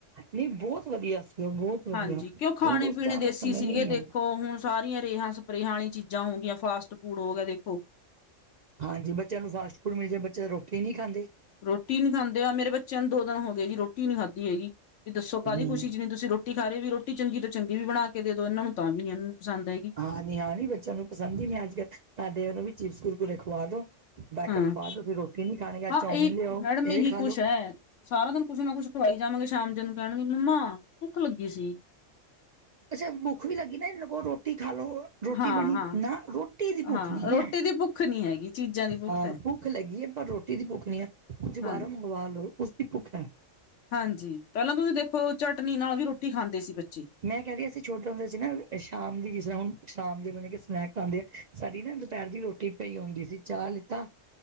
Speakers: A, on the right (about 75°); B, on the left (about 70°).
A: ਨਹੀਂ ਬਹੁਤ ਵਧੀਆ ਸੀਗਾ ਉਹ ਬਹੁਤ ਵਧੀਆ
B: ਹਾਂਜੀ ਕਿਉਂ ਖਾਣੇ
A: ਹੁਣ ਉਸ
B: ਪੀਣੇ
A: ਟਾਈਮ
B: ਦੇਸੀ
A: ਦਾ ਸਮੇਂ
B: ਸੀਗੇ
A: ਨਹੀਂ
B: ਦੇਖੋ
A: ਹੈ
B: ਹੁਣ ਸਾਰੀਆਂ ਰੇਹਾਂ ਸਪਰੇਹਾਂ ਵਾਲੀਆਂ ਚੀਜ਼ਾਂ ਹੋ ਗਈ ਫਾਸਟ ਫੂਡ ਹੋ ਗਿਆ ਦੇਖੋ
A: ਹਾਂਜੀ ਬੱਚਿਆਂ ਨੂੰ ਫਾਸਟ ਫੂਡ ਮਿਲ ਜਾਵੇ ਬੱਚੇ ਰੋਟੀ ਨਹੀਂ ਖਾਂਦੇ।
B: ਰੋਟੀ ਨੀ ਖਾਂਦੇ ਆ ਮੇਰੇ ਬਚਿਆਂ ਨੂੰ ਦੋ ਦਿਨ ਹੋ ਗਏ ਜੀ ਰੋਟੀ ਨੀ ਖਾਧਦੀ ਹੈਗੀ ਵੀ ਦੱਸੋ ਕਾਹਦੀ
A: ਹੂੰ,
B: ਖੁਸ਼ੀ ਚ ਨਹੀਂ ਤੁਸੀਂ ਰੋਟੀ ਰੋਟੀ ਖਾ ਰੇ ਵੀ ਰੋਟੀ ਚੰਗੀ ਤੋਂ ਚੰਗੀ ਵੀ ਬਣਾ ਕੇ ਦੇ ਦੋ ਏਨਾਂ ਨੂੰ ਤਾਂ ਵੀ ਏਨਾ ਨੂੰ ਪਸੰਦ ਹੈਗੀ।
A: ਹਾਂ ਨੀ ਆ ਵੀ ਬੱਚਿਆਂ ਨੂੰ ਪਸੰਦ ਈ ਨੀ ਅੱਜ ਕੱਲ੍ਹ ਸਾਡੇ ਓਨੂੰ ਵੀ ਚਿਪਸ ਕੁਰਕਰੇ ਖਵਾ ਦੋ। ਬੈਕਟ
B: ਹਾਂ
A: ਖਵਾ ਦੋ ਫਿਰ ਰੋਟੀ ਨੀ ਖਾਣੀਗੇ
B: ਹਾਂ
A: ਚੌਮਿਨ
B: ਇਹ
A: ਲਿਆਓ
B: ਮੈਡਮ
A: ਏ
B: ਇਹੀ
A: ਖਾ
B: ਕੁਛ
A: ਲੋੋ।
B: ਹੈ ਸਾਰਾ ਦਿਨ ਕੁਛ ਨਾ ਕੁਛ ਖਵਾਈ ਜਾਵਾਂਗੇ ਸ਼ਾਮ ਜੇ ਨੂੰ ਕਹਿਣਗੇ ਮੰਮਾ ਭੁੱਖ ਲੱਗੀ ਸੀ
A: ਅੱਛਾ ਭੁੱਖ ਵੀ ਲੱਗੀ ਨਾ ਕੋ ਰੋਟੀ ਖਾਲੋ ਰੋਟੀ
B: ਹਾਂ
A: ਬਣੀ
B: ਹਾਂ
A: ਨਾ ਰੋਟੀ। ਦੀ ਭੁੱਖ
B: ਹਾਂ
A: ਨੀ
B: ਰੋਟੀ
A: ਹੈ।
B: ਦੀ ਭੁੱਖ ਨਹੀਂ ਹੈਗੀ। ਚੀਜ਼ਾਂ ਦੀ
A: ਹਾਂ
B: ਹੈ
A: ਭੁੱਖ ਲੱਗੀ ਹੈ। ਪਰ ਰੋਟੀ ਦੀ ਭੁੱਖ ਨੀ ਹੈ ਕੁਝ ਬਾਹਰੋਂ
B: ਹਾਂ
A: ਮੰਗਵਾ ਲਓ ਉਸਦੀ ਭੁੱਖ ਹੈ।
B: ਹਾਂਜੀ ਪਹਿਲਾਂ ਤੁਸੀਂ ਦੇਖੋ ਚਟਨੀ ਨਾਲ ਵੀ ਰੋਟੀ ਖਾਂਦੇ ਸੀ ਬੱਚੇ
A: ਮੈਂ ਕਹਿ ਰਹੀ ਅਸੀਂ ਛੋਟੇ ਹੁੰਦੇ ਸੀ ਨਾ ਸ਼ਾਮ ਦੀ ਜਿਸ ਤਰ੍ਹਾਂ ਹੁਣ ਸ਼ਾਮ ਦੇ ਮਤਲਬ ਕਿ ਸਨੈਕ ਖਾਂਦੇ ਆ ਸਾਡੀ ਨਾ ਦੁਪਹਿਰ ਦੀ ਰੋਟੀ ਪਈ ਆਉਂਦੀ ਸੀ ਚਾਹ ਲਿੱਤਾ